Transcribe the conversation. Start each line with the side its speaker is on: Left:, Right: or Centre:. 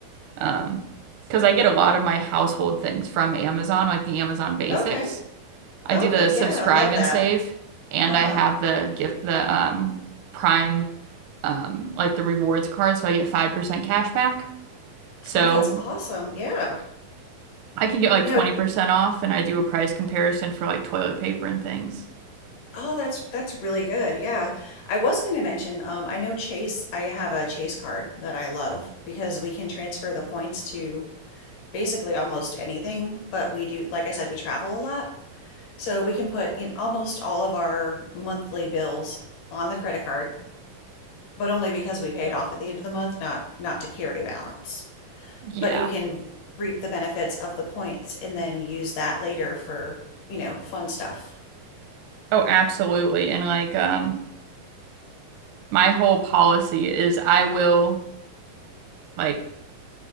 Right: um because I get a lot of my household things from Amazon like the Amazon basics
Left: Okay.
Right: I
Left: Okay.
Right: do the subscribe
Left: Yeah, I love
Right: and
Left: that.
Right: save and
Left: Uh-huh.
Right: I have the gift the um Prime um like the rewards card so I get 5% cash back so
Left: Oh, that's awesome. Yeah.
Right: I can get like
Left: Now,
Right: 20% off and I do a price comparison for like toilet paper and things.
Left: oh, that's that's really good. Yeah. I was going to mention, um, I know Chase, I have a Chase card that I love because we can transfer the points to basically almost anything, but we do, like I said, we travel a lot. So we can put in almost all of our monthly bills on the credit card, but only because we pay it off at the end of the month, not not to carry a balance.
Right: Yeah.
Left: But you can reap the benefits of the points and then use that later for, you know, fun stuff.
Right: Oh, absolutely. And like um my whole policy is I will like